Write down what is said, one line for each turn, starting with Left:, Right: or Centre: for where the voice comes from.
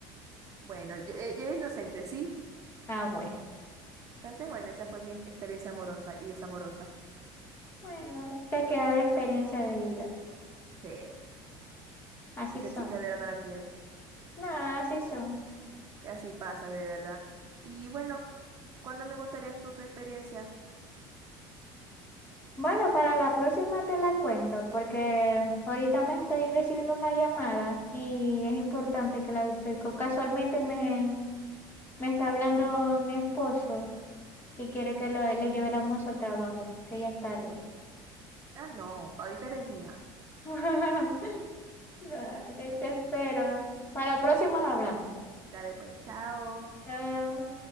Right: Bueno, yo, eh, yo era inocente, ¿sí?
Left: Ah, bueno.
Right: Entonces, bueno, esa fue mi ex- experiencia amorosa y desamorosa.
Left: Bueno, te queda de experiencia de vida.
Right: Sí,
Left: Así
Right: esa
Left: son.
Right: chica de verdad no la quiero.
Left: No, así son.
Right: Así pasa, de verdad. Y bueno, ¿cuándo me contarías tú tu experiencia?
Left: Bueno, para la próxima te la cuento, porque ahorita me estoy recibiendo una llamada y es importante que la estoy casualmente me Me está hablando mi esposo y quiere que lo- le lleve el almuerzo al trabajo, que ya es tarde.
Right: Ah, no, ahorita eres mía.
Left: <laughs> Dale, te espero. Para la próxima hablamos.
Right: Dale pues, chao.
Left: Chao.